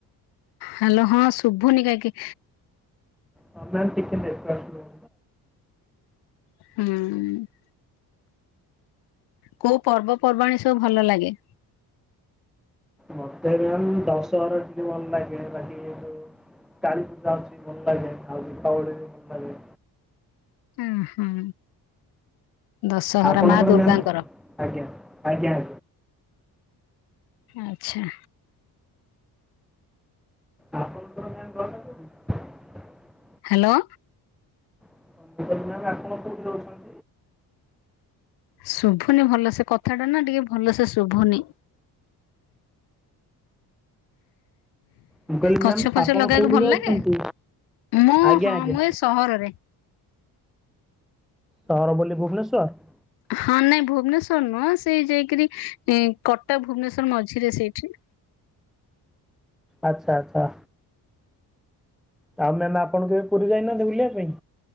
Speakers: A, on the left; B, in the centre.
A: ହ୍ୟାଲୋ ହଁ, ଶୁଭୁନି କାହିଁକି?
B: ହଁ, ମ୍ୟାମ୍ ଟିକେ ନେଟୱାର୍କ ପ୍ରୋ
A: ହୁଁ। କୋଉ ପର୍ବପର୍ବାଣିୀ ସବୁ ଭଲ ଲାଗେ?
B: ମୋତେ <unintelligible> ଦଶହରା ଟିକେ ଭଲ ଲାଗେ ବାକି ଇଏ ଯୋଉ କଳି ପୂଜା ଅଛି ଭଲ ଲାଗେ ଖାଉ ଦୀପାବଳି ଭଲ ଲାଗେ।
A: ହଁ ହୁଁ। ଦଶହରା
B: ଆପଣଙ୍କର
A: ମା ଦୁର୍ଗାଙ୍କର
B: ମ୍ୟାମ ଆଜ୍ଞା ଆଜ୍ଞା ଆଜ୍ଞା।
A: ଆଚ୍ଛା।
B: ଆପଣଙ୍କର ମ୍ୟାମ <unintelligible>
A: ହ୍ୟାଲୋ।
B: ମୁଁ <unintelligible>
A: ଶୁଭୁନି ଭଲ ସେ କଥା ଟା ନା ଟିକେ ଭଲ ସେ ଶୁଭୁନି।
B: ମୁଁ କହିଲି
A: ଗଛ
B: ମ୍ୟାମ୍
A: ଫଛ
B: ଆପଣ
A: ଲଗେଇକୁ
B: କୋଉଠି
A: ଭଲ
B: ରହୁଛନ୍ତି?
A: ଲାଗେ ମୁଁ
B: ଆଜ୍ଞା
A: ହଁ
B: ଆଜ୍ଞା
A: ମୁଁ ଏ ସହରରେ।
B: ସହର ବୋଲି ଭୁବନେଶ୍ୱର?
A: ହଁ ନାଇଁ ଭୁବନେଶ୍ୱର ନୁହଁ ସେଇ ଯାଇକିରି କଟକ ଭୁବନେଶ୍ୱର ମଝିରେ ସେଇଠି।
B: ଆଚ୍ଛା ଆଚ୍ଛା। ତା ମେ ଆପଣ କେ ଏବେ ପୁରୀ ଯାଇନାହାନ୍ତି ବୁଲିବା ପାଇଁ?